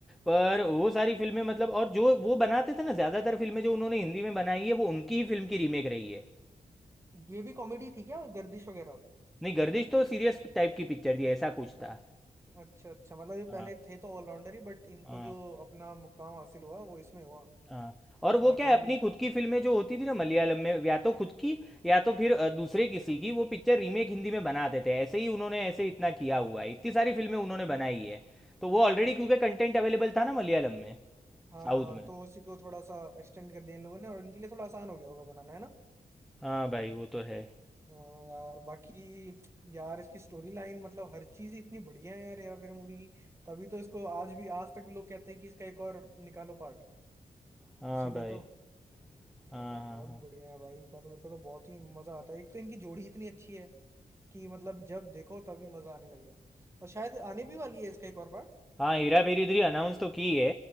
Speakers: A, in the centre; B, on the right.
A: पर वो सारी फिल्में मतलब और जो वो बनाते थे ना ज़्यादातर फिल्में जो उन्होंने हिंदी में बनाई है वो उनकी ही फिल्म की रीमेक रही है
B: ये भी कॉमेडी थी क्या गर्दिश वगैरह
A: नहीं गर्दिश तो सीरियस टाइप की पिक्चर थी ऐसा कुछ
B: अ-
A: था
B: अच्छा अच्छा मतलब ये
A: हाँ
B: पहले थे तो ऑलराउंडर ही बट इनको
A: हाँ
B: जो अपना मुकाम हासिल हुआ वो इसमें हुआ
A: हाँ और वो
B: थोड़ा
A: क्या
B: कॉमेडी
A: है अपनी खुद की फिल्में जो होती थी ना मलयालम में या तो खुद की या तो फिर अ, दूसरे किसी की वो पिक्चर रीमेक हिंदी में बना देते हैं ऐसे ही उन्होंने ऐसे इतना किया हुआ है इतनी सारी फिल्में उन्होंने बनाई है तो वो ऑलरेडी क्योंकि कंटेंट अवेलेबल था ना मलयालम में
B: हाँ
A: साउथ
B: हाँ
A: में
B: तो उसी को थोड़ा सा एक्सटेंड कर दिया इन लोगों ने और इनके लिए थोड़ा आसान हो गया होगा बनाना है ना
A: हाँ भाई वो तो है
B: हाँ यार बाकी यार इसकी स्टोरी लाइन मतलब हर चीज ही इतनी बढ़िया है यार हेरा फेरी मूवी की तभी तो इसको आज भी आज तक भी लोग कहते हैं कि इसका एक और निकालो पार्ट
A: हाँ
B: इसीलिए
A: भाई
B: तो
A: हाँ
B: भाई
A: हाँ
B: बहुत
A: हाँ
B: बढ़िया है भाई इनका तो मेरे को तो बहुत ही मजा आता है एक तो इनकी जोड़ी इतनी अच्छी है कि मतलब जब देखो तभी मजा आने लगे और शायद आने भी वाली है इसका एक और पार्ट
A: हाँ हेरा फेरी थ्री अनाउंस तो की है